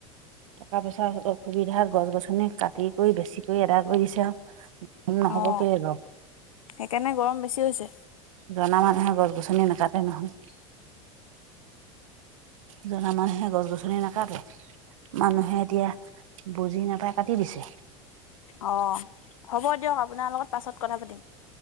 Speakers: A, on the right; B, on the left.
A: টকা পইচাৰ অসুবিধাত গছ গছনি কাটি কৰি বেছিকৈ এদাই কৰি দিছে আও নহ'ব
B: অঁ
A: কেলি বাওঁ।
B: সেইকাৰণে গৰম বেছি হৈছে
A: জনা মানুহে গছ গছনি নাকাতে নহয়।
B: <inaudible>
A: জনা মানুহে গছ গছনি নাকাটে মানুহে এতিয়া বুজি নাপায় কাটি দিছে।
B: অ হ'ব দিয়ক। আপোনাৰ লগত পাছত কথা পাতিম।